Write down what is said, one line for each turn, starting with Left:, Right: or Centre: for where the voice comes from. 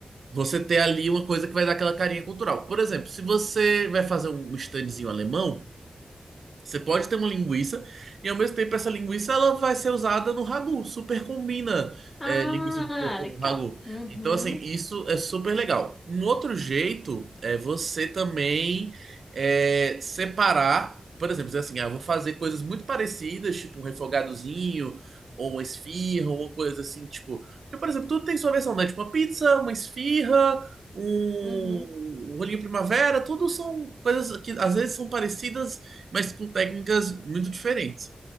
Right: você ter ali uma coisa que vai dar aquela carinha cultural. Por exemplo, se você vai fazer um standzinho alemão. Você pode ter uma linguiça e ao mesmo tempo essa linguiça ela vai ser usada no ragu. Super combina
Left: Ah,
Right: é, linguiça de porco
Left: legal.
Right: no ragu.
Left: Uhum,
Right: Então assim isso é super legal. Um outro jeito é você também é, separar, por exemplo, dizer assim, ah, eu vou fazer coisas muito parecidas, tipo um refogadozinho ou uma esfirra, ou uma coisa assim, tipo, porque por exemplo tudo tem sua versão, né? Tipo uma pizza, uma esfirra, um,
Left: uhum,
Right: um rolinho primavera, tudo são coisas que às vezes são parecidas mas com técnicas muito diferentes.